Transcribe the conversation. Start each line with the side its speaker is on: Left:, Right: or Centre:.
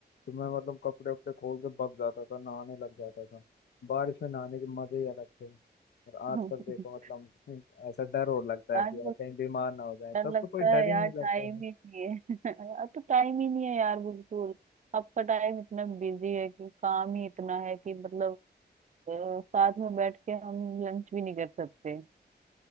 Left: तो मैं मतलब कपड़े वपड़े खोल के भग जाता था नहाने लग जाता था बारिश में नहाने के मजे ही अलग थे और
Right: <laughs>
Left: आजकल देखो मतलब ऐसा डर और लगता है
Right: आजकल
Left: कि यार कहीं बीमार ना हो जाए
Right: डर
Left: तब
Right: लगता
Left: तो कोई डर
Right: है
Left: ही
Right: यार
Left: नहीं
Right: टाइम
Left: लगता है
Right: ही नहीं है <laughs> अब तो टाइम ही नहीं है यार बिल्कुल अब का टाइम इतना बिजी है कि काम ही इतना है कि मतलब अ, साथ में बैठ के हम लंच भी नहीं कर सकते